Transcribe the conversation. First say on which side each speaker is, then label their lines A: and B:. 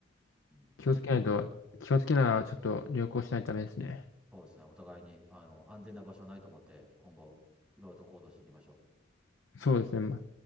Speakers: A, in the centre; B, on the left.
A: うん、
B: 気をつけないと、気をつけながらちょっと旅行しないとダメですね。
A: そうですね。お互いに、あの、安全な場所はないと思って、今後、いろいろと行動していきましょう。
B: そうですね。ま